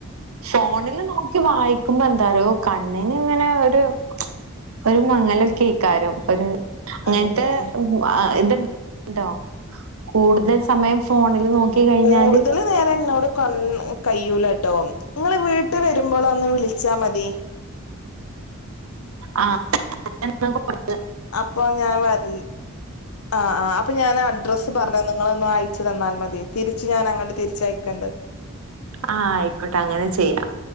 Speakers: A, on the right; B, on the left.
A: ഫോണില് നോക്കി വായി ക്കുമ്പ എന്താറയോ കണ്ണിന് ഇങ്ങനെ ഒരു ഒരു മങ്ങലൊക്കക്കാരും ഒരു അങ്ങനത്തെ
B: ആണല്ലേ
A: ഒരു - ആ ഇത് ഇണ്ടോ കൂടുതൽ സമയം ഫോണിൽ നോക്കി- കഴിഞ്ഞാല്
B: കൂടുതൽ നേരം എന്നോട് കണ് കയ്യൂലാ കേട്ടോ നിങ്ങള് വീട്ടി വരുമ്പോൾ ഒന്ന് വിളി ച്ച മതി
A: ആഹ് അങ്ങനെ എന്തോ ഒക്കെ പറഞ്
B: അപ്പൊ ഞാൻ വരരാം ആഹ് ആഹ് അപ്പൊ ഞാൻ അഡ്രസ്- പറഞ്ഞ നിങ്ങള് ഒന്ന് അയച്ചു തന്നാൽ മതി തിരിച്ച് ഞാൻ അങ്ങോട്ട് തിരിയക്കണ്ട്.
A: ആഹ് ആയിക്കോട്ടെ അങ്ങനെ ചെയ്യാം